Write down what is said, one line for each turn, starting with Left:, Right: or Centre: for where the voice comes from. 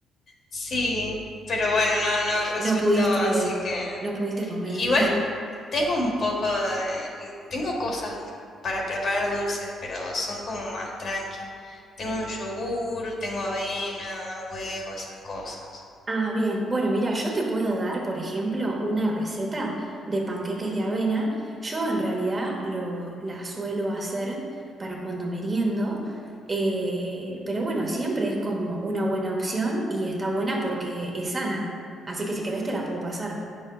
Left: sí, pero bueno, no, no resultó,
Right: No pudiste,
Left: así que
Right: no pudiste comer.
Left: igual Tengo un poco de... Tengo cosas para preparar dulces, pero son como más tranqui. Tengo un yogur, tengo avena, huevo, esas cosas.
Right: Ah, bien. Bueno, mira, yo te puedo dar, por ejemplo, una receta de panqueques de avena. Yo en realidad lo, la suelo hacer para cuando meriendo, eh, pero bueno, siempre es como una buena opción y está buena porque es sana. Así que si querés te la puedo pasar.